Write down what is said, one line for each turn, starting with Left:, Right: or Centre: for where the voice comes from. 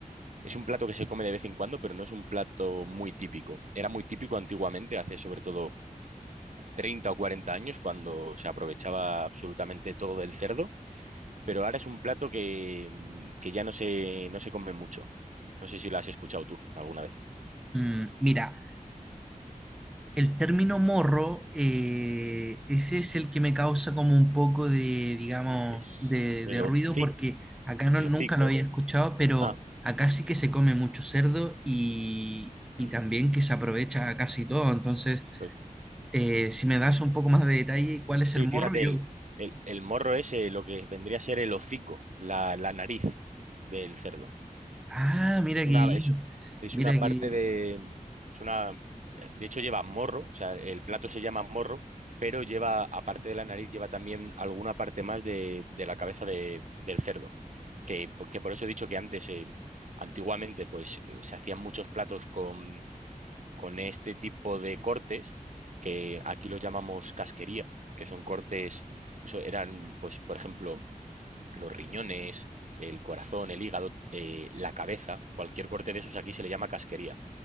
Right: Es un plato que se come de vez en cuando, pero no es un plato muy típico. Era muy típico antiguamente, hace sobre todo 30 o 40 años, cuando se aprovechaba absolutamente todo del cerdo pero ahora es un plato que, que ya no se, no se come mucho. No sé si lo has escuchado tú alguna vez.
Centre: Mm, mira, el término morro, eh, ese es el que me causa como un poco de, digamos,
Right: Es
Centre: de,
Right: el
Centre: de
Right: hocico.
Centre: ruido, porque acá no,
Right: El
Centre: nunca
Right: hocico.
Centre: lo había escuchado, pero
Right: Ah,
Centre: acá sí que se come mucho cerdo y, y
Right: mm,
Centre: también que se aprovecha casi todo. Entonces,
Right: pues
Centre: eh, si me das un poco más de detalle, ¿cuál es
Right: sí,
Centre: el morro?
Right: fíjate,
Centre: Yo,
Right: el, el, el morro es eh, lo que vendría a ser el hocico, la, la nariz del cerdo.
Centre: ah, mira
Right: Es
Centre: que
Right: una,
Centre: bien,
Right: es, es
Centre: mira
Right: una parte
Centre: que
Right: de. Es una, de hecho, lleva morro, o sea, el plato se llama morro, pero lleva, aparte de la nariz, lleva también alguna parte más de, de la cabeza de- del cerdo. Que, que por eso he dicho que antes, eh, antiguamente, pues eh, se hacían muchos platos con, con este tipo de cortes, que aquí los llamamos casquería, que son cortes, eso eran, pues, por ejemplo, los riñones, el corazón, el hígado, eh, la cabeza, cualquier corte de esos aquí se le llama casquería.